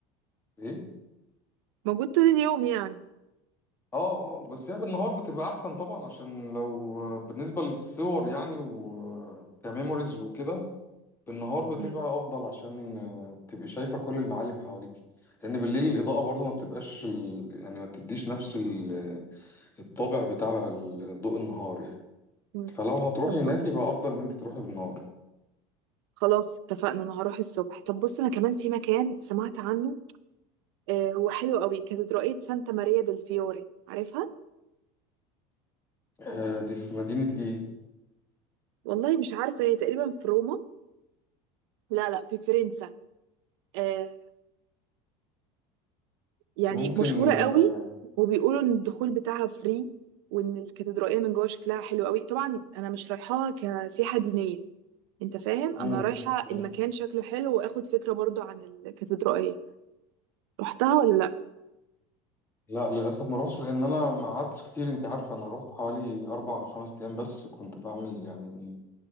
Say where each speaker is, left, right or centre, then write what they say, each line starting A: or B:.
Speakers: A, on the left; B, on the right.
A: ايه
B: موجود طول اليوم يعني
A: اه اه بس هي بالنهار بتبقى احسن طبعا عشان لو بالنسبه للصور يعني وكميموريز وكده بالنهار بتبقى
B: مم.
A: افضل عشان تبقي شايفه كل المعالم حواليك لان بالليل الاضاءه برضو ما بتبقاش ال... يعني ما بتديش نفس ال- الطابع بتاع ضوء النهار يعني
B: مم.
A: فلو هتروحي
B: طب
A: هناك
B: بص
A: يبقى افضل ان انت تروحي بالنهار
B: خلاص اتفقنا انا هروح الصبح طب بص انا كمان في مكان سمعت عنه آه هو حلو قوي كاتدرائية سانتا ماريا دل فيوري عارفها
A: آه، دي في مدينة ايه
B: والله مش عارفة هي تقريبا في روما لا لا في فرنسا آه يعني
A: ممكن
B: مشهورة قوي
A: آه،
B: وبيقولوا ان الدخول بتاعها فري وان الكاتدرائية من جوه شكلها حلو قوي طبعا انا مش رايحاها كسياحة دينية انت فاهم
A: مم.
B: انا رايحه المكان
A: مم.
B: شكله حلو واخد فكره برضو عن الكاتدرائيه رحتها ولا لا
A: لا للأسف ما روحتش لأن أنا ما قعدتش كتير أنت عارفة أنا روحت حوالي أربع أو خمس أيام بس كنت بعمل يعني